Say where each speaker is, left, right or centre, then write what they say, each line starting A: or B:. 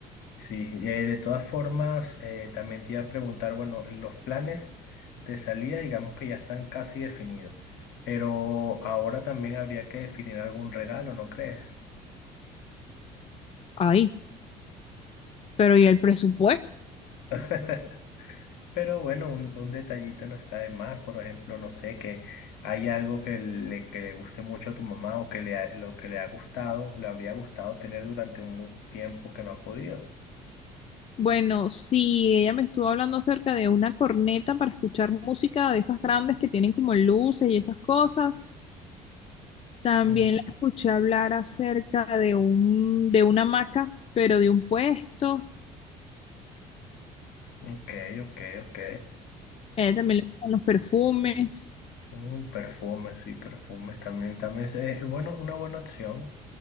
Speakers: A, on the left (about 65°); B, on the left (about 35°).
A: Sí, eh, de todas formas, eh, también te iba a preguntar, bueno, los planes de salida, digamos que ya están casi definidos, pero ahora también habría que definir algún regalo, ¿no crees?
B: Ay, pero ¿y el presupuesto?
A: <laughs> Pero bueno, un, un detallito no está de más, por ejemplo, no sé, que hay algo que le, que le guste mucho a tu mamá o que le, ha- lo que le ha gustado, le habría gustado tener durante un tiempo que no ha podido.
B: Bueno, sí, ella me estuvo hablando acerca de una corneta para escuchar música de esas grandes que tienen como luces y esas cosas. También
A: Mm,
B: la escuché hablar acerca de un, de una hamaca, pero de un puesto.
A: ok, ok, ok.
B: A Ella también le gustan los perfumes.
A: Mm, perfumes, sí, perfumes también, también es eh, bueno, una buena opción.